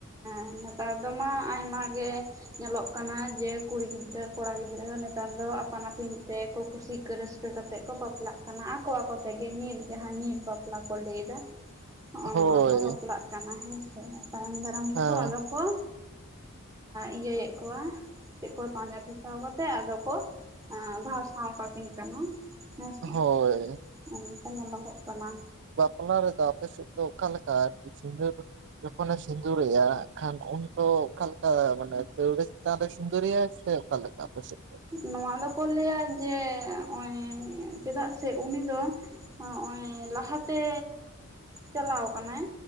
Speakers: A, on the right; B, on the right.
A: ᱦᱮᱸ ᱱᱮᱛᱟᱨ ᱫᱚᱢᱟ ᱟᱭᱢᱟ ᱜᱮ ᱧᱮᱞᱚᱜ ᱠᱟᱱᱟ ᱡᱮ ᱠᱩᱲᱤ ᱜᱤᱫᱽᱨᱟᱹ ᱠᱚᱲᱟ ᱜᱤᱫᱽᱨᱟᱹ ᱱᱮᱛᱟᱨ ᱫᱚ ᱟᱯᱟᱱ ᱟᱹᱯᱤᱱ ᱛᱮᱠᱚ ᱠᱩᱥᱤᱠᱟᱹ ᱨᱟᱹᱥᱠᱟᱹ ᱠᱟ ᱠᱟᱛᱮ ᱠᱚ ᱵᱟᱯᱞᱟᱜ ᱠᱟᱱᱟ ᱟᱠᱚ ᱟᱠᱚ ᱛᱮᱜᱮ ᱧᱤᱛ ᱡᱟᱦᱟᱸ ᱧᱤᱨ ᱵᱟᱯᱞᱟ ᱠᱚ ᱞᱟᱹᱭᱫᱟ ᱦᱚᱸᱜᱼᱚ
B: ᱦᱳᱭ
A: ᱱᱚᱣᱟ ᱠᱚ ᱵᱟᱯᱞᱟᱜ ᱠᱟᱱᱟ ᱦᱮᱸᱥᱮ ᱛᱟᱭᱚᱢ ᱫᱟᱨᱟᱢ
B: ᱦᱮᱸ
A: ᱛᱮᱠᱚ ᱟᱫᱚ ᱠᱚ ᱤᱭᱟᱹᱭᱮᱫ ᱠᱚᱣᱟ ᱪᱮᱫ ᱠᱚ ᱯᱟᱸᱡᱟ ᱴᱷᱮᱥᱟᱣ ᱠᱟᱛᱮᱜ ᱟᱫᱚ ᱠᱚ ᱵᱷᱟᱥ ᱴᱷᱟᱶ ᱠᱟᱠᱤᱱ ᱠᱟᱱᱟ ᱦᱮᱸ ᱥᱮ
B: ᱦᱳᱭ
A: ᱚᱱᱛᱮᱧ ᱚᱰᱚᱠᱚᱜ ᱠᱟᱱᱟ
B: ᱚᱱᱟ ᱨᱮᱫᱚ ᱟᱯᱮ ᱥᱮᱫ ᱫᱚ ᱚᱠᱟᱞ ᱞᱮᱠᱟ ᱥᱤᱸᱫᱟᱹᱨ ᱡᱚᱠᱷᱚᱱᱮ ᱥᱤᱸᱫᱩᱨᱮᱭᱟ ᱠᱷᱟᱱ ᱩᱱᱫᱚ ᱚᱠᱟᱮᱠᱟ ᱢᱟᱱᱮ ᱫᱟᱹᱣᱲᱟᱹ ᱪᱮᱛᱟᱱ ᱨᱮ ᱥᱤᱫᱩᱨᱮᱭᱟ ᱥᱮ? ᱚᱠᱟ ᱞᱮᱠᱟ ᱟᱯᱮ ᱥᱮᱫ ᱫᱚ
A: ᱱᱚᱣᱟ ᱫᱚᱠᱚ ᱞᱟᱹᱭᱟ ᱡᱮ ᱱᱚᱜᱚᱭ ᱪᱮᱫᱟᱜ ᱥᱮ ᱩᱱᱤ ᱫᱚ ᱱᱚᱜ ᱚᱭ ᱞᱟᱦᱟᱛᱮ ᱪᱟᱞᱟᱣ ᱠᱟᱱᱟᱭ